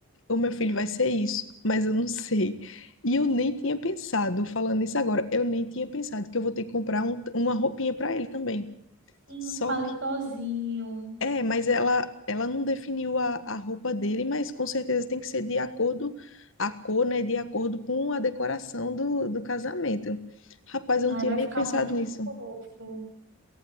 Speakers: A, on the left; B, on the right.
A: O meu filho vai ser isso, mas eu não sei. E eu nem tinha pensado, falando isso agora, eu nem tinha pensado que eu vou ter que comprar um- uma roupinha para ele também.
B: Sim,
A: Só
B: um palitozinho.
A: é, mas ela, ela não definiu a, a roupa dele, mas com certeza tem que ser de acordo, a cor, né, de acordo com a decoração do, do casamento. Rapaz, eu
B: Aí
A: não tinha
B: vai
A: nem
B: ficar
A: pensado
B: muito
A: nisso.
B: fofo.